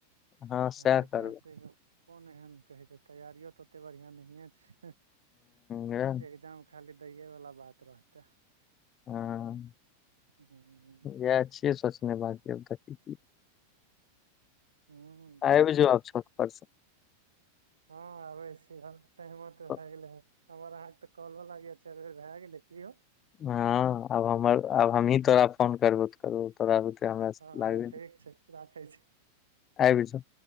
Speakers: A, on the left; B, on the right.
A: हँ सएह
B: बीपीएससी
A: करबै
B: के कोन एहन कहै छै तैआारियओ तऽ ओतेक बढ़िआँ नहिए छै
A: एह
B: एग्जाम खाली दैएवला बात रहतै
A: हँ
B: हुँ
A: इएह छियै सोचने बाद की
B: हू
A: आब जब छो परसो
B: हँ आबे छी टाइम त
A: तऽ।
B: भए गेले हे हमर अहाँ के तऽ कॉल लाग चारि बेर भए गेलै क हो
A: हँ आब हमर आब हम ही तोरा फोन करबौ त कर तोरा आब त हमरा
B: हँ
A: लाग
B: ठीक छै राखै छी
A: आबी जो